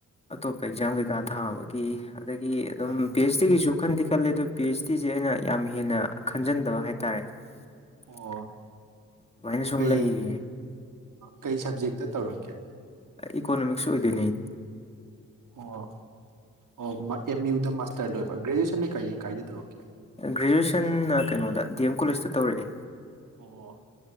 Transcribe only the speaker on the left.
ꯑꯇꯣꯞꯄ ꯑꯦꯛꯖꯥꯝ ꯀꯩꯀꯥ ꯊꯥꯕꯒꯤ ꯑꯗꯒꯤ ꯑꯗꯨꯝ
ꯄꯤ ꯑꯩꯆ ꯗꯤꯒꯤꯁꯨ ꯋꯥꯈꯟꯗꯤ ꯈꯜꯂꯦ ꯑꯗꯣ ꯄꯤ ꯑꯩꯆ ꯗꯤꯁꯦ ꯑꯩꯅ ꯌꯥꯝ ꯍꯦꯟꯅ ꯈꯟꯖꯟꯗꯕ ꯍꯥꯏꯇꯥꯥꯔꯦ ꯑꯗꯨꯃꯥꯏꯅ
ꯁꯨꯝ
ꯂꯩꯔꯤꯌꯦ
ꯏꯀꯣꯅꯣꯃꯤꯛꯁꯨ ꯑꯣꯏꯗꯣꯏꯅꯦ
ꯒ꯭ꯔꯦꯖꯨꯋꯦꯁꯟꯅ ꯀꯩꯅꯣꯗ ꯗꯤ ꯑꯦꯝ ꯀꯣꯂꯦꯖꯇ ꯇꯧꯔꯛꯑꯦ